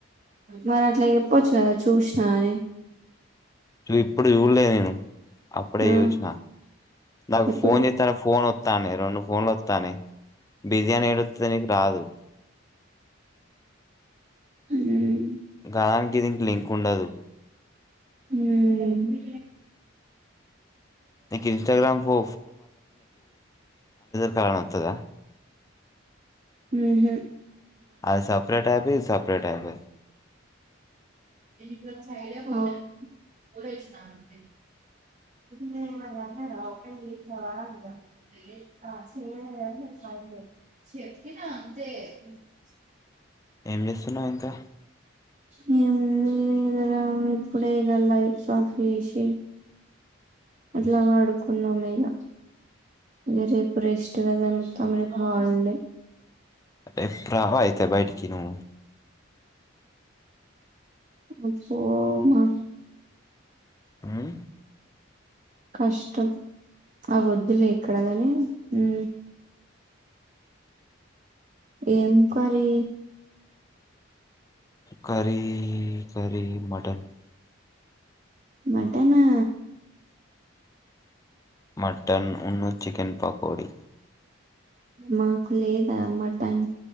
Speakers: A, on the right; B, on the left.
A: మరి అట్లా చెప్పొచ్చు కదా చూసినా అని
B: చ ఇప్పుడు చూడలే నేను అప్పుడే
A: ఆ
B: చూసిన నాకు
A: ఎప్పుడు
B: ఫోన్ చెత్త టె ఫోన్ రెండు ఫోన్లు అత్తన్నాయి బిజి అని ఏడ అత్తది నీకు రాదు
A: ఉమ్
B: దానికి దీనికి లింక్ ఉండదు
A: ఉమ్
B: నీకు ఇన్స్టాగ్రామ్ ఫో తల నోత్తదా
A: ఊహు
B: అది సపరేట్ ఆప్ ఇది సపరేట్ యాప్
A: అవును
B: ఏం చేస్తున్నావ్ ఇంకా
A: మేము ఇద ఇప్పుడే ఇద లైట్స్ ఆఫ్ చేసి అట్లా పడుకున్నాం ఇగ ఇగ రేపు రేస్టుగాదన తమర రేప్ హాలిడే
B: అేప్పు రావాయితే బైటికి నువ్వు
A: అపో మా
B: హూ
A: కష్టం ఆ వద్దులే ఇక్కడగాని ఉ ఏం curry
B: curry curry mutton
A: mutton ఆ
B: మటన్ ఉన్న చికెన్ పకోడి
A: మాకు లేదా మటన్